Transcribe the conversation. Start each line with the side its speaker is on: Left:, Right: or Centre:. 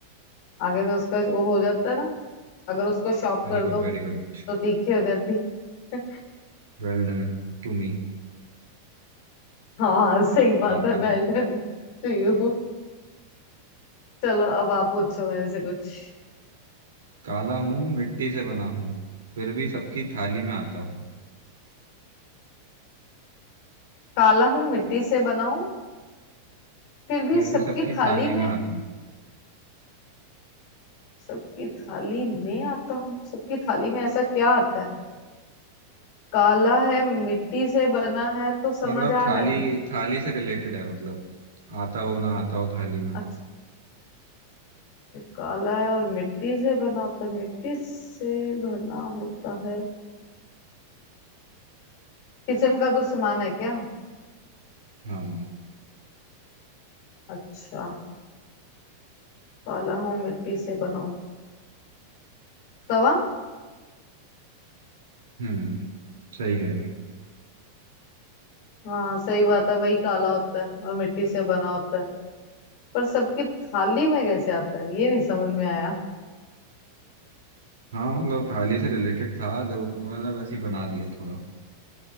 Left: आगे से उसका वो हो जाता है ना अगर उसको शॉप
Right: Very
Left: कर
Right: good
Left: दो
Right: very good
Left: तो तीखी हो जाती है
Right: Well done to me
Left: <laughs> हाँ सही बात
Right: आप
Left: है
Right: बताओ
Left: वेल डन टू यू चलो अब आप पूछो मेरे से कुछ
Right: काला हूँ मिट्टी से बना हूँ फिर भी सबकी थाली में आता हूँ
Left: काला हूं मिट्टी से बना हूं फिर भी
Right: फिर
Left: सबकी
Right: भी सबकी
Left: थाली
Right: थाली
Left: में
Right: में आता हूँ
Left: सबकी थाली में आता हूँ सबकी थाली में ऐसा क्या आता है काला है मिट्टी से बना है तो समझ
Right: मतलब
Left: आ
Right: थाली
Left: रहा है
Right: थाली से रिलेटेड है मतलब आता हो ना आता हो थाली में
Left: अच्छा, काला है और मिट्टी से बना होता है मिट्टी से बना होता है किचन का कुछ सामान है क्या
Right: हाँ
Left: अच्छा काला हूँ मिट्टी से बना हूँ तवा
Right: हम्म सही कह रहे हो
Left: हाँ सही बात है वही काला होता है और मिट्टी से बना होता है पर सबकी थाली में कैसे आता है ये नहीं समझ में आया
Right: हाँ मतलब थाली से रिलेटेड था जरूर मैंने वैसे ही बना दिया थोड़ा